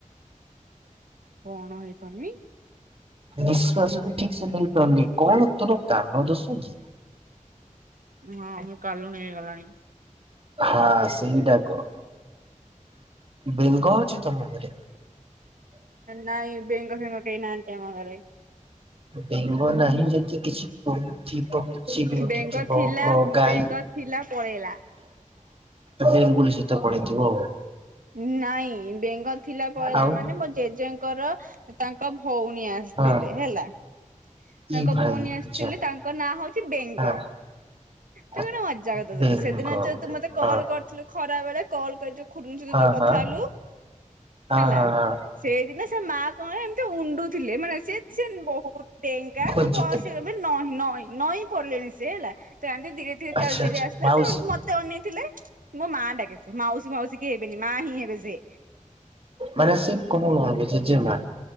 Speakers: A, on the right (about 80°); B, on the right (about 45°).
A: କଣ ହେଇପାରୁନି?
B: ନିଶ୍ଵାସ ବି ଠିକ ସେ ନେଇ ପାରୁନି କଣ ତୋର କାନ ଦୋଷ କି।
A: ହଁ ମୁଁ କାଲୁଣି ହେଇଗଲାଣି।
B: ହଁ ସେଇଟା କହ ବେଙ୍ଗ ଅଛି ତମ ଘରେ?
A: ନାାଇଁ ବେଙ୍ଗ ଫେଙ୍ଗ କେହିଁ ନାହାନ୍ତି ଆମ ଘରେ।
B: ବେଙ୍ଗ ନାହିଁ ଯଦି କିଛି ଥିବ। କିଛି ବି ଗୋଟେ
A: ବେଙ୍ଗ
B: ଥିବ
A: ଥିଲା
B: ଗ ଗାଈ
A: ବେଙ୍ଗ ଥିଲା ପଳେଇଲା।
B: ବେଙ୍ଗୁଲି ସହିତ ପଳେଇଥିବ ଆଉ।
A: ଉଁ ନାଇଁ ବେଙ୍ଗ ଥିଲା ପଳେଇଲା
B: ଆଉ
A: ମାନେ ମୋ ଜେଜେଙ୍କର ତାଙ୍କ ଭଉଣୀ ଆସ
B: ଆଉ
A: ଥିଲେ
B: ହଁ
A: ହେଲା ତାଙ୍କ
B: ଇ ଭାଇ
A: ଭଉଣୀ ଆସିଥିଲେ
B: ଆଛା
A: ତାଙ୍କ ନାଁ ହଉଛି ବେଙ୍ଗ।
B: ହଁ
A: ତୁ
B: ଆ
A: ଗୋଟେ ମଜାକଥା
B: ବେଙ୍ଗ
A: ଦିନ ସେଦିନ
B: ହଁ
A: ଯୋଉ ତୁ ମତେ
B: ହଁ
A: କଲ୍ କରିଥିଲୁ ଖରା ବେଳେ କଲ୍ କରି ଖୁରୁଣି ସହିତ
B: ହଁ
A: ଯୋଉ କଥା
B: ହଁ
A: ହେଲୁ
B: ହଁ
A: ହେଲା।
B: ହଁ ହଁ।
A: ସେଇଦିନ ସେ ମା କଣ ଏମିତି ଉଣ୍ଡୁଥିଲେ ମାନେ ସେ ସେ ବହୁତ ଡେଙ୍ଗା
B: ଖୋଜୁଥିଲି
A: ତ ବୟସ ଆବେ ନ ନ ନଇଁ ପଡିଲେଣି ସେ ହେଲା ଏମତି ଧୀରେ ଧୀରେ
B: ଆଚ୍ଛା
A: ଚାଲି ଚାଲି
B: ଆଚ୍ଛା
A: ଆସିଲା
B: ମାଉସୀ
A: ସେ ମତେ ଅନେଇଥିଲେ ମୋ ମା ଡାକେ ସେ ମାଉସୀ ମାଉସୀ କେହି ହେବେନି ମା ହିଁ ହେବେ ସେ।
B: ମାନେ ସେ କଣ ହେବେ ଜେଜେମା?